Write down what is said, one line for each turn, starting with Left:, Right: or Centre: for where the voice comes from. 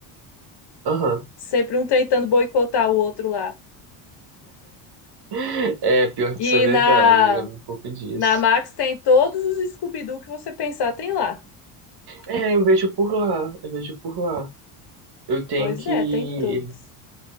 Right: Aham.
Left: Sempre um tentando boicotar o outro lá.
Right: <laughs> É, pior que
Left: E
Right: isso é verdade,
Left: na,
Right: eu lembro um pouco disso.
Left: na Max tem todos os Scooby-Doo que você pensar, tem lá.
Right: É, eu vejo por lá, eu vejo por lá. Eu tenho
Left: Pois
Right: que,
Left: é, tem todos.